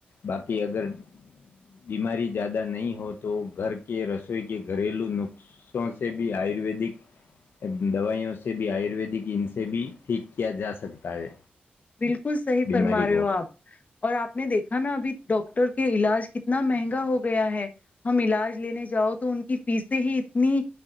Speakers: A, on the left; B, on the left.
A: باقی اگر بیماری زیادہ نہیں ہو تو گھر کے رسوئی کے گھریلو نخوں سے بھی آیورویدک دوائیوں سے بھی آیورویدک ان سے بھی ٹھیک کیا جا سکتا ہے
B: بالکل صحیح فرما
A: بیماری
B: رہے
A: کو
B: ہو آپ اور آپ نے دیکھا نا ابھی ڈاکاکٹر کے علاج کتنا مہنگا ہو گیا ہے ہم علاج لینے جاؤ تو ان کی فیسیں ہی اتنی